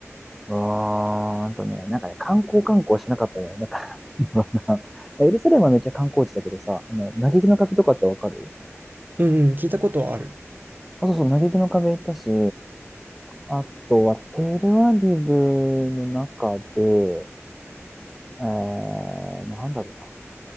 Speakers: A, in the centre; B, on the right.
A: うーんとね、なんかね、観光観光しなかったのよ。だからな、<laughs> まあエルサレムはめっちゃ観光地だけどさ、あの、嘆きの壁とかってわかる
B: うんうん、聞いたことはある。
A: あ、そうそう、嘆きの壁行ったし、あとはテルアビブの中で、えー、なんだろうな。